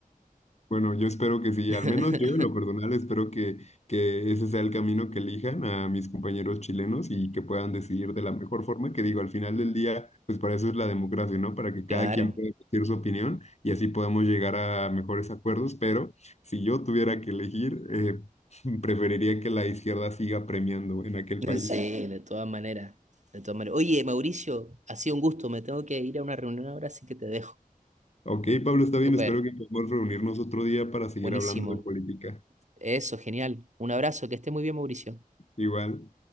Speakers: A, on the left (about 45°); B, on the right (about 50°).
A: Bueno, yo espero que sí,
B: <laughs>
A: al menos yo en lo personal espero que, que ese sea el camino que elijan a mis compañeros chilenos y que puedan decidir de la mejor forma, que digo, al final del día, pues para eso es la democracia, ¿no? Para que cada
B: Claro.
A: quien pueda decir su opinión y así podamos llegar a mejores acuerdos, pero si yo tuviera que elegir, eh, <laughs> preferiría que la izquierda siga premiando en aquel
B: <laughs>
A: país.
B: Sí, de todas maneras, de todas maneras. Oye, Mauricio, ha sido un gusto, me tengo que ir a una reunión ahora, así que te dejo.
A: Ok, Pablo, está bien,
B: Súper,
A: espero que podamos reunirnos otro día para seguir
B: buenísimo.
A: hablando de política.
B: Eso, genial. Un abrazo, que esté muy bien, Mauricio.
A: Igual.